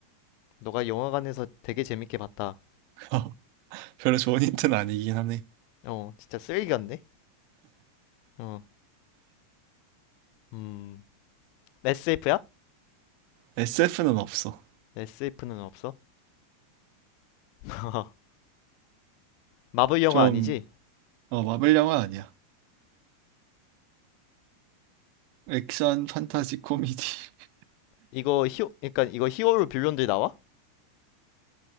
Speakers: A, on the left (about 45°); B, on the right (about 45°).
A: 너가 영화관에서 되게 재밌게 봤다.
B: <laughs> 별로 좋은 힌트는 아니긴 하네.
A: 어, 진짜 쓰레기 같네. 어, 음, SF야?
B: SF는 없어.
A: SF는 없어. <laughs> 마블 영화
B: 좀,
A: 아니지?
B: 어, 마블 영화 아니야. 액션, 판타지, 코미디. <laughs>
A: 이거 히오 그러니까 이거 히어로 빌런들이 나와?